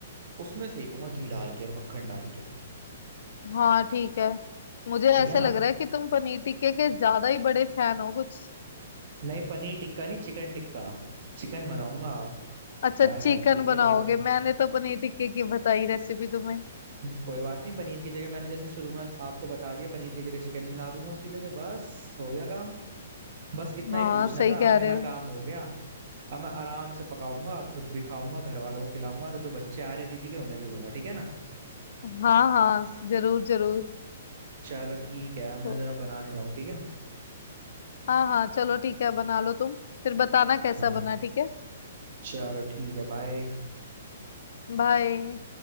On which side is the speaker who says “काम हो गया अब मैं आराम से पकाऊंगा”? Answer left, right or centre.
Right